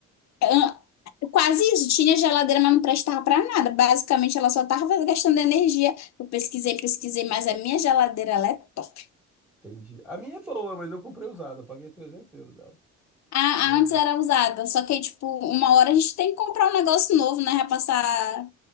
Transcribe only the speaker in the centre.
Entendi. A minha é boa, mas eu comprei usada, eu paguei 300 euros dela.
Ó,